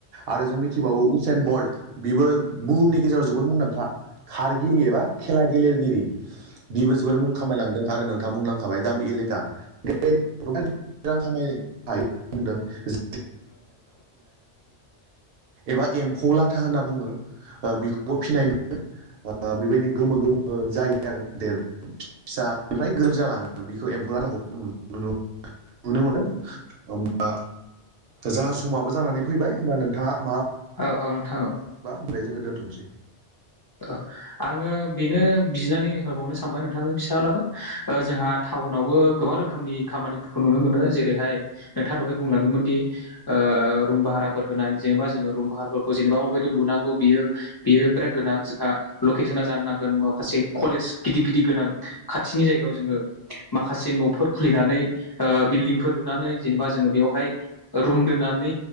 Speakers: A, on the right (about 60°); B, on the left (about 35°).
A: आरो जों मिथिबावो उस एन बल्ट बिबो बुहुमनि गेजेराव जोबोद मुंदांखा खारगिरि एबा खेला गेलेगिरि। बिबो जोबोर मुं खामायलांदों आरो नोंथाङा बुंलांखाबाय गामि एलेखा <unintelligible> बुंदों जे <unintelligible> एबा एमफौ लाथा होनना बुङो ओ बे खौ फिनाय नुयो बेबायदि गोमो गोमो <unintelligible> जालाङो बेखौ एम्फौ आथाखौ नुनो नुनो मोनो होमबा जा समाबो जानानै फैबाय होमबा नोंथाङा माबा
B: औ औ नोंथां औ
A: बा ओमफ्राय जोङो दोनथ'नोसै
B: ओ आङो बेनो बिनानै हरबावनो सानबाय नोंथांनि फिसाब्लाबो ओ जोंहा टाउनावबो गोबां रो खोमनि खामानिफोरखौ नुनो मोनो जेरैहाय नोंथाङा दहाय बुंलांदोंमोन दि ओ रुम भाहाराफोर होनाय जेनेबा जोङो रुम भाहाराफोरखौ जेनेबा माबायदि लुनांगौ बेयो बेयो <unintelligible> गोनां जोंहा लकेसना जानो नांगोन माखासे कलेज गिदिर गिदिर गोनां खाथिनि जायगायाव जोङो माखासे न'फोर खुलिनानै ओ बिल्डिंफोर लुनानै जेनेबा जोङो बेवहाय रुम दोननानै